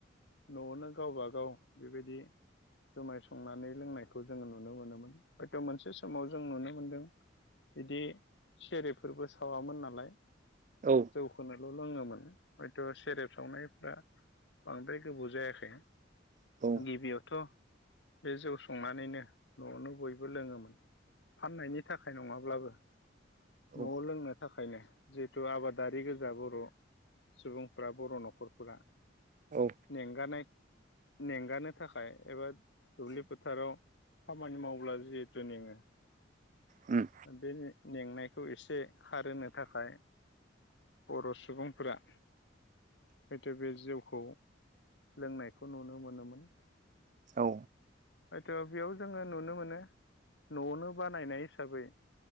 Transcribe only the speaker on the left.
न'आवनो गावबागाव बेबायदि जुमाय संनानै लोंनायखौ जोङो नुनो मोनोमोन हयथ' मोनसे समाव जों नुनो मोनदों बिदि सेरेफफोरबो सावामोन नालाय
जौखौनोल' लोङोमोन हयथ' सेरेब सावनायफ्रा बांद्रायखौ बुजायाखै
गिबियावथ' बे जौ संनानैनो न'आवनो बयबो लोङोमोन फाननायनि थाखाय नङाब्लाबो न'आव
लोंनो थाखायनो जिहेथु आबादारि गोजा बर' सुबुंफ्रा बर' न'खरफोरा
मेंगानाय मेंगानो थाखाय एबा दुब्लि फोथाराव खामानि मावोब्ला जिहेतु मेङो
बे मेंनायखौ एसे खारहोनो थाखाय बर' सुबुंफोरा हयथ' बे जिउखौ लोंनायखौ नुनो मोनोमोन
हयथ' बेयाव जोङो नुनो मोनो न'आवनो बानायनाय हिसाबै